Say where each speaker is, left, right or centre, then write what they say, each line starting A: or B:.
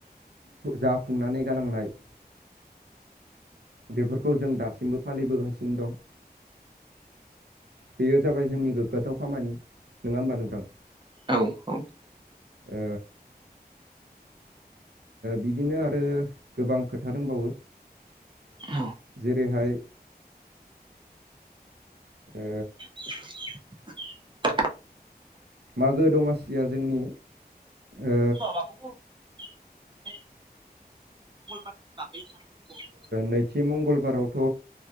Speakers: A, on the right (about 80°); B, on the right (about 30°).
A: जाफुंनानै गालांनाय बेफोरखौ जों दासिमबो फालिबोगासिनो दं बेयो जाबाय जोंनि गोग्गाथाव खामानि नङा होमबा नोंथां
B: औ औ
A: ओ बिदिनो आरो गोबां खोथा दंबावो
B: औ
A: जेरैहाय ओ
B: <unintelligible>
A: मागो दमासिया जोंनि ओ
B: माबाखौ बुं माने मंगलबारनि बागै बुंबाव
A: नैथि मंगलबारावथ'